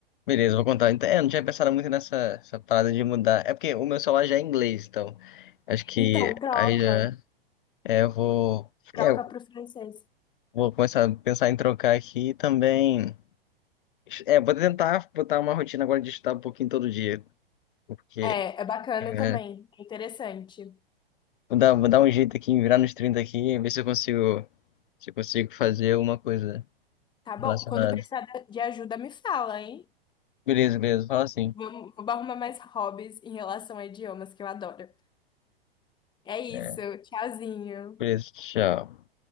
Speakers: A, on the left; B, on the left.
A: Beleza, vou contar. Então, é, não tinha pensado muito nessa essa parada de mudar. É porque o meu celular já é inglês, então. Acho que
B: Então, troca,
A: aí já. É, eu vou.
B: troca
A: É, eu
B: pro francês.
A: vou começar a pensar em trocar aqui e também. É, vou tentar botar uma rotina agora de estudar um pouquinho todo dia. Porque
B: É, é bacana
A: é,
B: também, é interessante.
A: vou dar, vou dar um jeito aqui, em virar nos 30 aqui e ver se eu consigo, se eu consigo fazer alguma coisa
B: Tá
A: relacionada.
B: bom? Quando precisar de ajuda, me fala, hein?
A: Beleza, beleza, fala assim.
B: Vamos, vou arrumar mais hobbies em relação a idiomas que eu adoro. É isso,
A: É,
B: tchauzinho.
A: beleza, tchau.